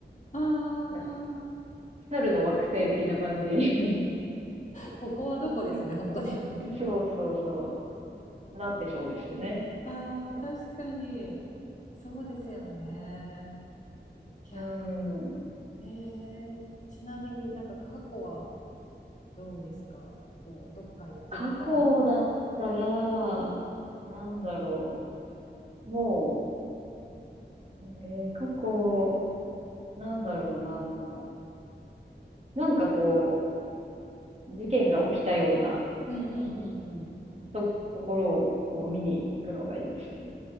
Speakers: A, on the left; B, on the right.
A: あ、ああ、
B: なんか猿の惑星的な感じに
A: ここはどこですよね、
B: <laughs>
A: 本当に <laughs>
B: そうそうそう、なってそうですよね。
A: ああ、確かに。そうですよね。いや
B: うん
A: ー、えー、ちなみになんか過去はどうですか過去、どっか行ってみたいみたい
B: 過去だったら、なんだろう。もう、えー過去、なんだろうな。なんかこう、事件が起きたような
A: うんうんうんうん。
B: と、ところをこう見に行くのがいいですよね。